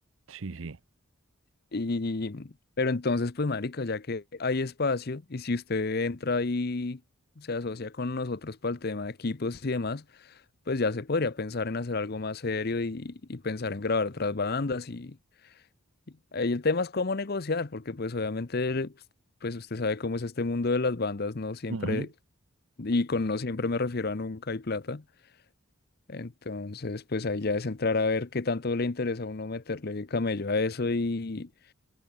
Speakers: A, on the right; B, on the left.
A: Sí, sí.
B: Y, pero entonces, pues, marica, ya que hay espacio y si usted entra y se asocia con nosotros para el tema de equipos y demás, pues ya se podría pensar en hacer algo más serio y, y pensar en grabar otras bandas. Y ahí el tema es cómo negociar, porque pues obviamente, pues usted sabe cómo es este mundo de las bandas, no siempre,
A: Ujú.
B: y con no siempre me refiero a nunca hay plata. Entonces, pues ahí ya es entrar a ver qué tanto le interesa a uno meterle camello a eso y